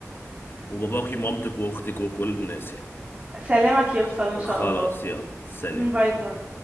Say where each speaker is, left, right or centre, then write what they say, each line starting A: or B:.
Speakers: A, on the left (about 45°); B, on the right (about 25°).
A: وباباكي ومامتك واختك وكل الناس يعني
B: سلامك يوصل ان شاء
A: خلاص
B: الله
A: يلا سلام
B: <laughs> باي باي